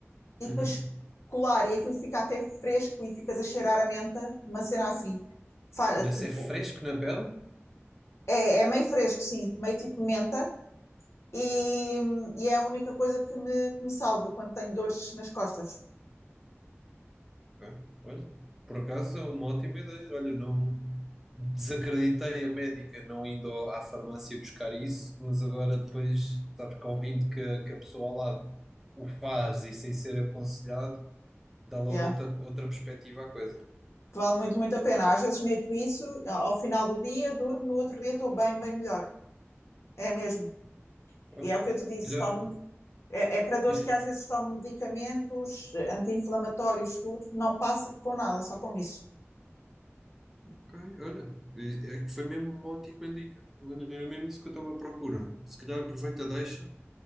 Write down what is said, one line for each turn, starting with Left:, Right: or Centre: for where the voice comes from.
Left: e
Centre: Uhum.
Left: depois colar e aquilo fica até fresco e ficas a cheirar a menta, uma cena assim. Fa-
Centre: Mas
Left: tipo,
Centre: é fresco na pele?
Left: é, é meio fresco, sim, meio tipo menta, e, e é a única coisa que me, que me salva quando tenho dores nas costas.
Centre: Ok. Olha, por acaso é uma ótima ideia. Olha, não desacreditei a médica não indo ao- à farmácia buscar isso, mas agora depois, sabes que ouvindo que, a que a pessoa ao lado o faz e sem ser aconselhado, dá logo
Left: Yeah.
Centre: outra, outra perspectiva à coisa.
Left: Vale muito, muito a pena. Às vezes meto isso, ao final do dia durmo, no outro dia estou bem, bem melhor. É mesmo.
Centre: Olha,
Left: E é o que eu te disse,
Centre: melhor,
Left: tomo, é, é para dores
Centre: diz,
Left: que
Centre: diz.
Left: às vezes tomo medicamentos, anti-inflamatórios, tudo, não passa com nada, só com isso.
Centre: Ok, olha, é que foi mesmo uma ótima dica. Olha, Era mesmo isso que eu estava à procura. Se calhar aproveita, a deixa.